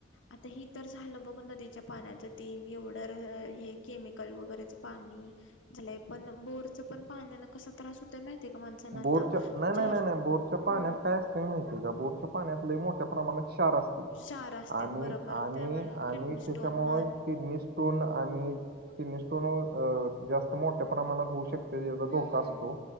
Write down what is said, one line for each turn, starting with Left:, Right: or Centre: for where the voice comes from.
Left: आता हे तर झालं बघ नदीच्या पाण्याचं, ते एवढं हे केमिकल वगैरेच पाणी झालय पण, बोरचं पण पाण्यानं कसा त्रास होतोय माहित आहे का माणसांना
Right: बोरच्या
Left: आता,
Right: नाही नाही
Left: चार
Right: नाही नाही बोरच्या
Left: हम्म
Right: पाण्यात काय माहितीय का, बोरच्या पाण्यात लय मोठ्या प्रमाणात क्षार अस
Left: क्षार असत्यात
Right: आणि
Left: बरोबर
Right: आणि
Left: त्यामुळे
Right: आणि
Left: किडनी स्टोन
Right: त्याच्यामुळे
Left: म्हण
Right: किडनी स्टोन आणि किडनीस्टोन अ जास्त मोठ्या प्रमाणात होऊ शकते, त्याचा धो
Left: हम्म
Right: का असतो